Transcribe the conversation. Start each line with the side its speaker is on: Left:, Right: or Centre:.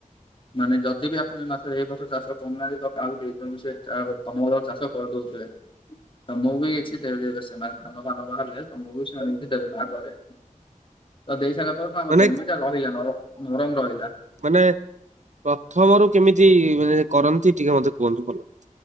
Left: ମାନେ ଯଦି ବି ଆପଣ ଏ ମାସ ଏଇ ବର୍ଷ ଚାଷ କରୁନାହାନ୍ତି ତ କାହାକୁ ଦେଇଦିଅନ୍ତୁ ସେ ତମର ଚାଷ କରିଦଉଥିବେ। ତମକୁ ବି କିଛି ଦେ ଦେରେ ସେମାନେ ଧାନ ଫାନ ହେଲେ ତମକୁ ବି ସେମାନେ କିଛି ଦେବେ ଭାଗରେ। ତ ଦେଇ ସାରିଲା ପରେ ଆମ
Right: ମାନେ
Left: ଜମିଟା ରହିଲା ନର ନରମ ରହିଲା।
Right: ମାନେ ପ୍ରଥମରୁ କେମିତି ମାନେ କରନ୍ତି ଟିକେ ମତେ କୁହନ୍ତୁ ଭଲରେ।